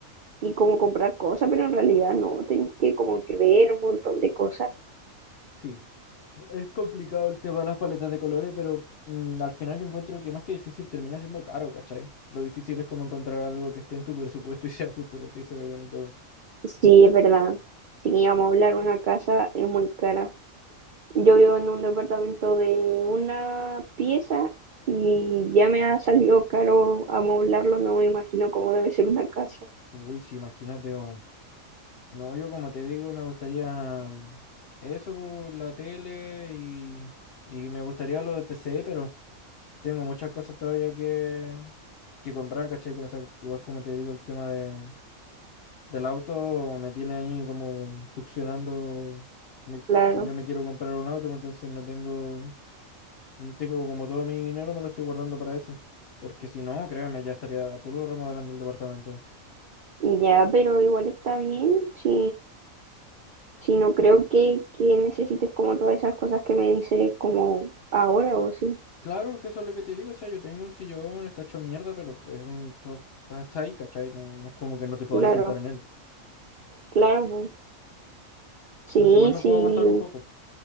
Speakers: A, on the right (about 75°); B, on the left (about 60°).
A: y como comprar cosas, pero en realidad no, tenés que como que ver un montón de cosas.
B: Sí. Es complicado el tema de las paletas de colores, pero mm, al final yo encuentro que más que difícil termina siendo caro, ¿cachai? Lo difícil es como encontrar algo que esté en tu presupuesto y <laughs> sea justo lo que se ve bonito, weón.
A: Sí, es verdad. Sí, vamos a hablar, una casa es muy cara. Yo vivo en un departamento de una pieza y ya me ha salido caro amoblarlo, no me imagino cómo debe ser una casa.
B: Uy, sí, imagínate, weón. No, yo como te digo, me gustaría mm, eso por la tele y, y me gustaría lo del PC, pero tengo muchas cosas todavía que, que comprar, ¿cachai? O sea, igual como te digo, el tema de, del auto me tiene ahí como succionando me-
A: Claro.
B: que yo me quiero comprar un auto, pues, entonces no tengo, no tengo como todo mi dinero, me lo estoy guardando para eso. Porque si no, créeme, ya estaría a puro remodelando el departamento.
A: Ya, pero igual está bien, si, si no creo que, que necesites como todas esas cosas que me dices como ahora o sí,
B: Claro que eso es lo que te digo, o sea, yo tengo un sillón, está hecho mierda, pero es un, to- está está ahí, ¿cachai? No, no es como que no te podáis
A: claro,
B: sentar en él.
A: claro, po. sí,
B: Entonces igual me
A: sí,
B: puedo aguantar un poco,